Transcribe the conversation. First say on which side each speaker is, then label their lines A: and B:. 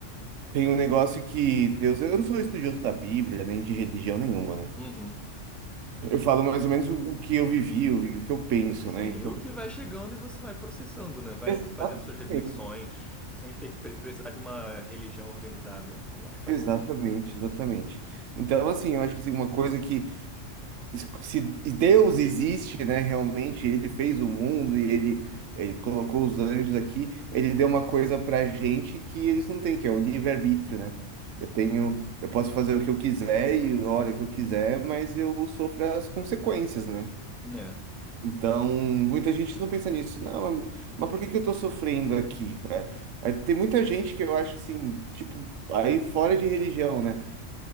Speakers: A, on the right; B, in the centre.
A: Tem um negócio que Deus. Eu não sou estudioso da Bíblia, nem de religião nenhuma, né?
B: Uhum.
A: Eu falo mais ou menos o o que eu vivi, o o que eu penso,
B: Sim,
A: né? Então,
B: e o que vai chegando e você vai processando, né? Vai
A: exatamente,
B: fazendo suas reflexões, sem ter que pre- precisar de uma religião organizada. Eu acho que faz
A: exatamente,
B: sentido.
A: exatamente. Então, assim, eu acho que assim, uma coisa que. Se Deus existe, né? Realmente, ele fez o mundo e ele, ele colocou os anjos aqui, ele deu uma coisa pra gente que eles não têm, que é o livre-arbítrio, né? Eu tenho, eu posso fazer o que eu quiser e a hora que eu quiser, mas eu sofro as consequências, né?
B: Né?
A: Então, muita gente não pensa nisso. Não, mas mas por que que eu tô sofrendo aqui, cara? Aí tem muita gente que eu acho assim, tipo, aí fora de religião, né?